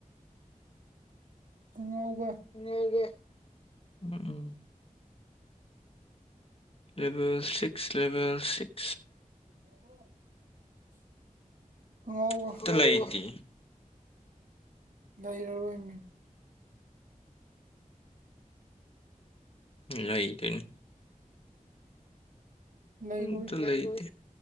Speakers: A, on the right; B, on the left.
A: ꯎꯨꯡ
B: ꯦ ꯑ ꯂꯦꯚꯦꯜ ꯁꯤꯛꯁ ꯂꯦꯚꯦꯜ ꯁꯤꯛꯁ
A: ꯎ ꯑꯪꯉꯥꯎꯕ
B: ꯑꯝꯇ ꯂꯩꯇꯦ
A: ꯂꯩꯔꯔꯣꯏꯅꯤ
B: ꯎ ꯑꯩ ꯇꯅꯤ
A: ꯂꯩꯔꯣꯏ
B: ꯎ ꯇ ꯂꯩꯗ